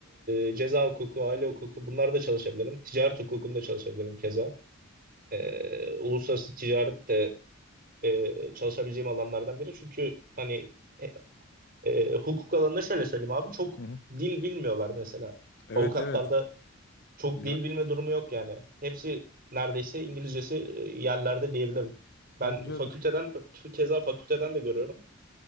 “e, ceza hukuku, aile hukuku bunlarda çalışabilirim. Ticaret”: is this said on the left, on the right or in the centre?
Right